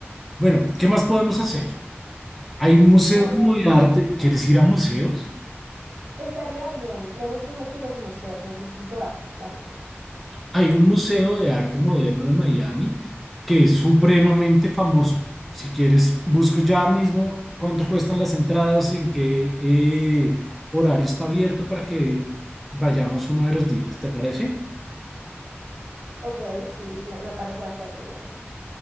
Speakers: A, in the centre; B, on the right (about 65°).
A: Bueno, ¿qué más podemos hacer? Hay un museo
B: Ah,
A: como de arte. ¿Quieres ir a museos?
B: estaría bien. Me gustan mucho los museos, los disfruto bastante.
A: Hay un museo de arte moderno de Miami que es supremamente famoso. Si quieres, busco ya mismo cuánto cuestan las entradas, en qué eh, horario está abierto para que vayamos uno de los días, ¿te parece?
B: Ok, sí, me, me parece bastante bien.